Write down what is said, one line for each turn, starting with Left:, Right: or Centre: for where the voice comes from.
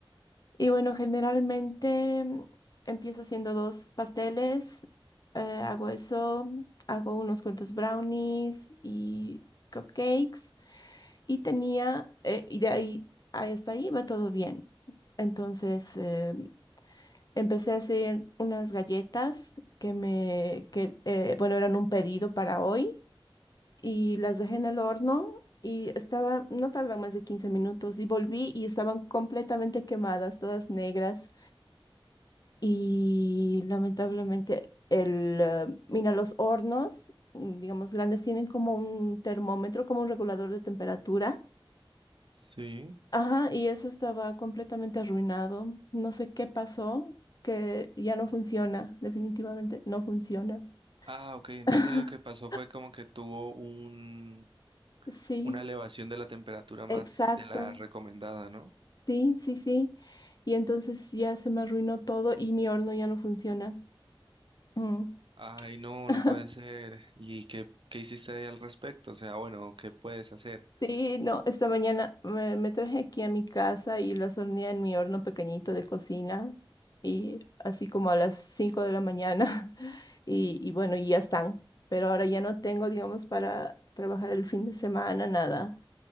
Left: Y bueno, generalmente em, empiezo haciendo dos pasteles, eh, hago eso, hago unos cuantos brownies y cupcakes. y tenía, eh, y de ahí a- hasta ahí va todo bien. Entonces eh, empecé a hacer unas galletas que me, que, eh, bueno, eran un pedido para hoy y las dejé en el horno y estaba, no tardan más de 15 minutos y volví y estaban completamente quemadas, todas negras y lamentablemente el, eh, mira, los hornos, mm, digamos, grandes tienen como un termómetro, como un regulador de temperatura
Right: Sí.
Left: Ajá, y eso estaba completamente arruinado. No sé qué pasó, que ya no funciona, definitivamente no funciona.
Right: Ah, ok, entonces
Left: <laughs>
Right: lo que pasó fue como que tuvo un,
Left: Sí,
Right: una elevación de la temperatura
Left: exacto.
Right: más de la recomendada, ¿no?
Left: Sí, sí, sí. Y entonces ya se me arruinó todo y mi horno ya no funciona. Mm.
Right: Ay, no,
Left: <laughs>
Right: no puede ser. ¿Y qué, qué hiciste ahí al respecto? O sea, bueno, ¿qué puedes hacer?
Left: Sí, no, esta mañana me, me traje aquí a mi casa y las horneé en mi horno pequeñito de cocina y así como a las cinco de la mañana <laughs> y, y bueno, y ya están. Pero ahora ya no tengo, digamos, para trabajar el fin de semana, nada.